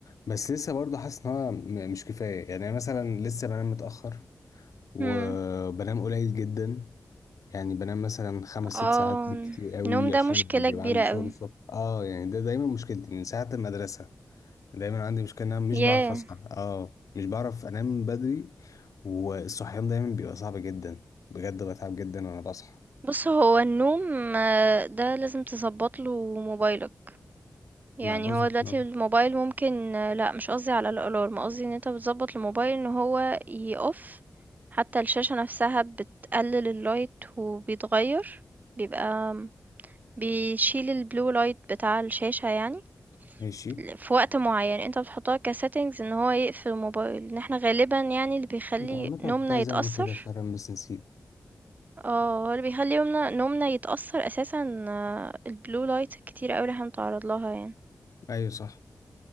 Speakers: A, on the left (about 75°); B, on the right (about 30°).
A: بس لسه برضه حاسس ان هو م- مش كفايه يعني مثلا لسه بنام متاخر وبنام
B: إمم.
A: قليل جدا يعني بنام مثلا خمس ست
B: آه،
A: ساعات بالكتير قوي
B: النوم ده
A: عشان
B: مشكلة
A: بيبقى
B: كبيرة
A: عندي
B: أوي.
A: شغل الصبح اه يعني ده دايما مشكلتي من ساعه المدرسه دايما عندي مشكلة ان انا مش
B: ياه!
A: بعرف اصحى اه مش بعرف انام بدري والصحيان دايما بيبقى صعب جدا بجد بتعب جدا وانا بصحى
B: بُص هو النوم آه، ده لازم تضبّط له موبايلك. يعني
A: ما بظبط
B: هو دلوقتي
A: نوم
B: الموبايل ممكن لأ مش قصدي على الألارم، قصدي إن أنت بتضبّط الموبايل إن هو يoff حتى الشاشة نفسها بتقلل الlight وبيتغيّر، بيبقى بيشيل الblue light بتاع الشاشة يعني
A: ماشي
B: ل في وقت معيّن، أنت بتحطها كsettings إن هو يقفل الموبايل، إن إحنا غالبًا يعني اللي بيخلّي
A: انت عامة
B: نومنا
A: أنا كنت عايز
B: يتأثّر
A: اعمل كده فعلا بس نسيت
B: آه، هو اللي بيخلّي يومنا نومنا يتأثّر أساسًا آه، الblue light الكتيرة أوي اللي إحنا بنتعرّض لها يعني،
A: ايوه صح